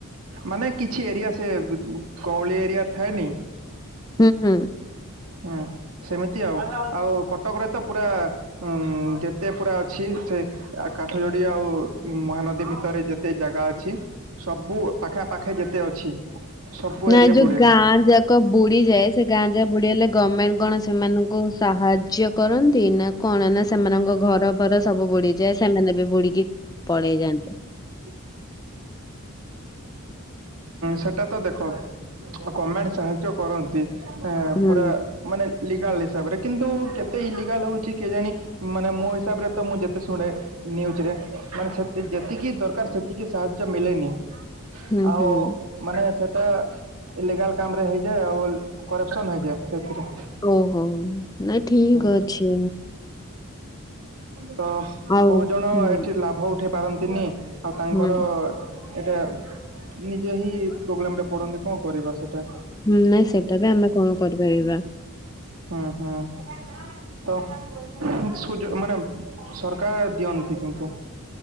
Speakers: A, on the right (about 85°); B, on the left (about 15°).
A: ମାନେ କିଛି ଏରିଆ ସେ ଗଁଳି ଏରିଆ ଥାଏନି
B: ହୁଁ ହୁଁ
A: ହୁଁ ସେମିତି ଆଉ ଆଉ କଟକରେ ତ ପୁରା ହୁଁ ଯେତେ ପୁରା ଅଛି ସେ ଆ କାଠ ଯୋଡି ଆଉ ମହାନଦୀ ଭିତରେ ଯେତେ ଜାଗା ଅଛି ସବୁ ପାଖାପାଖି ଯେତେ ଅଛି। ସବୁ
B: ନା
A: ଏରିଆ
B: ଏ ଯୋଉ
A: ବୁଡେ।
B: ଗାଁ ଯା ବୁଡି ଯାଏ ସେ ଗାଁ ଯାଏ ବୁଡ଼ିଗଲେ ଗଭର୍ଣ୍ଣମେଣ୍ଟ କଣ ସେମାନଙ୍କୁ ସାହାଯ୍ୟ କରନ୍ତି ନା। କଣ ନା ସେମାନଙ୍କ ଘର ଘର ସବୁ ବୁଡିଯାଏ ସେମାନେ ବି ବୁଡିକି ପଳେଇ ଯାଆନ୍ତି।
A: ଉଁ ସେଟା ତ ଦେଖ ଆଉ ଗମେଣ୍ଟ୍ ସାହାଯ୍ୟ କରନ୍ତି। ଆଁ
B: ହୁଁ
A: -ପୁରା ମାନେ ଲିଗାଲ୍ ହିସାବରେ କିନ୍ତୁ କେତେ ଇଲିଗାଲ୍ ହଉଚି କିଏ ଜାଣି ମାନେ ମୋ ହିସାବରେ ତ ମୁଁ ଯେତେ ଶୁଣେ ନ୍ୟୁଜ୍ ରେ ମାନେ ସେତି- ଯେତିକି ଦରକାର୍ ସେତିକି ସାହାଯ୍ୟ ମିଲେନି।
B: ହୁଁ
A: ଆଉ
B: ହୁଁ
A: ମାନେ ସେଟା ଇଲିଗାଲ୍ କାମ ରେ ହେଇଯାଏ ଆଉ କରପ୍ସନ୍ ହେଇଯାଏ ସେଥିରେ।
B: ଓ ହୋ ନାଇଁ ଠିକ୍
A: ହୁଁ।
B: ଅଛି।
A: ତ
B: ଆଉ
A: ବହୁତ୍ ଜଣ
B: ହୁଁ
A: ଏଠି ଲାଭ ଉଠ୍ ଉଠେଇ ପାରନ୍ତିନି ଆଉ ତାଙ୍କର
B: ହୁଁ
A: ଏଇଟା ନିଜେ ହିଁ ପ୍ରୋବ୍ଲେମ୍ ରେ ପଡନ୍ତି କଣ କରିବା ସେଟା।
B: ହୁଁ ନାଇଁ ସେଟା ବି ଆମେ କଣ କରିପାରିବା।
A: ହୁଁ -ହୁଁ- ତ ସୁଯ- ମାନେ ସରକାର୍ ଦିଅନ୍ତି କିନ୍ତୁ।